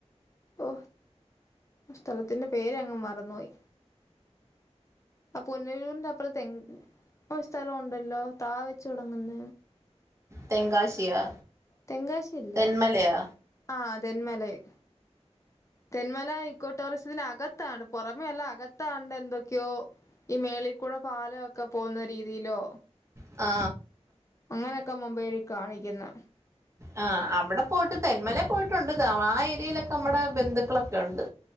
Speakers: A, on the left (about 25°); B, on the right (about 25°).
A: ഓ ഇഷ്ട്ടല്ല ത്തിന്റെ പേര് അങ്ങ് മറന്നുപോയി ആ പുന്നലൂരിന്റെ അപ്പുറത്തെ സ്ഥലം ഉണ്ടല്ലോ താ വെച്ച് തുടങ്ങുന്ന
B: തെങ്കാശിയാ
A: തെങ്കാശിയില്ല
B: തെന്മലയാ
A: ആ തെന്മലയ് തെന്മല ഇ ക്കൊ ടോറിസത്തിന് അകത്താണ് പുറമേ അല്ല അകത്താണ്ട് എന്തൊക്കെയോ ഈ മേളിക്കൂടി പാലൊക്കെ പോകുന്ന രീതിയിലോ
B: ആ
A: അങ്ങനൊക്കെ മൊബൈലിൽ കാണിക്കുന്ന്
B: ആ അവിടെ പോയിട്ട് തെന്മലേ പോയിട്ടുണ്ട് ആ ഏരിയയിലൊക്കെ നമ്മടെ ബന്ധുക്കളൊക്കെ ഉണ്ട്